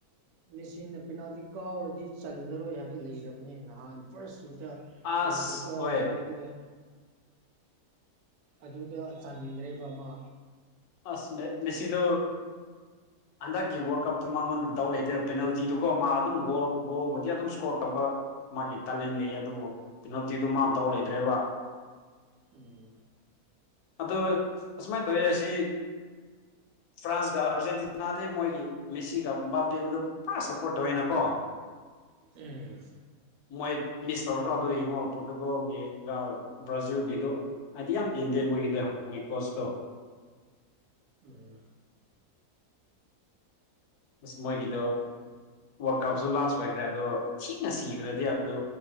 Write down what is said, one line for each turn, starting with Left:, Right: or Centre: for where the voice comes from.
Right: ꯃꯦꯆꯤꯟꯅ ꯄꯦꯅꯥꯜꯇꯤ ꯀꯥꯎꯔꯗꯤ ꯆꯜꯂꯔꯣꯏ ꯍꯥꯏꯕ ꯂꯩꯔꯕ ꯅꯍꯥꯟ ꯐꯥꯔꯁ ꯁꯨꯠꯇ
Left: ꯑꯁ
Right: ꯀꯩꯅꯣꯗꯤ ꯀꯥꯎꯕꯅꯦ
Left: ꯍꯣꯏ
Right: ꯑꯗꯨꯒ ꯑꯗꯨꯗ ꯆꯟꯗ꯭ꯔꯦꯕ ꯑꯃ
Left: ꯑꯁ ꯃꯦꯁꯤꯗꯨ ꯍꯟꯗꯛꯀꯤ ꯋꯥ ꯀꯞꯗꯨ ꯃꯥꯣꯟ ꯗꯥꯎ ꯂꯩꯇꯦꯕ ꯄꯦꯅꯥꯜꯇꯤꯗꯨꯀꯣ ꯃꯥ ꯑꯗꯨꯝ ꯒꯣꯜ ꯒꯣꯜꯕꯨꯗꯤ ꯑꯗꯨꯝ ꯏꯁꯀꯣꯔ ꯇꯧꯕ ꯃꯥꯒꯤ ꯇꯥꯂꯦꯟ ꯂꯩꯑ ꯑꯗꯨꯕꯨ ꯄꯦꯅꯦꯜꯇꯤꯗꯨ ꯃꯥ ꯇꯧ ꯂꯩꯇ꯭ꯔꯦꯕ
Right: ꯎꯝ
Left: ꯑꯗꯣ ꯑꯁꯨꯃꯥꯏꯅ ꯇꯧꯋꯤ ꯑꯁꯤ ꯐ꯭ꯔꯥꯟꯁꯒ ꯑꯥꯔꯖꯦꯟꯇꯤꯅꯥ ꯑꯗꯩ ꯃꯣꯏꯒꯤ ꯃꯦꯁꯤꯒ ꯕꯥꯞꯄꯦꯕꯗ ꯄꯨ ꯁ ꯠꯇ ꯑꯣꯏꯅꯀꯣ
Right: ꯎꯝ
Left: ꯃꯣꯏ ꯃꯤꯁ ꯇꯧꯔꯁꯨ ꯑꯗꯨ ꯌꯦꯡꯉꯣ ꯄꯣꯔꯇꯨꯒꯜꯒꯤꯒ ꯕ꯭ꯔꯥꯖꯤꯜ ꯑꯗꯨꯗꯣ ꯍꯥꯏꯗꯤ ꯌꯥꯝ ꯄꯦꯟꯗꯦ ꯃꯣꯏꯒꯤꯗ ꯃꯣꯏ ꯀꯣꯆꯇꯣ
Right: ꯎꯝ
Left: ꯑꯁ ꯃꯣꯏꯒꯤꯗꯣ ꯋꯥꯔꯜ ꯀꯞꯁꯨ
Right: ꯑꯩꯗꯤ
Left: ꯂꯥꯁ ꯑꯣꯏꯈ꯭ꯔꯦꯕ ꯑꯗꯣ ꯊꯤꯅ ꯁꯤꯈ꯭ꯔꯗꯤ ꯑꯗꯣ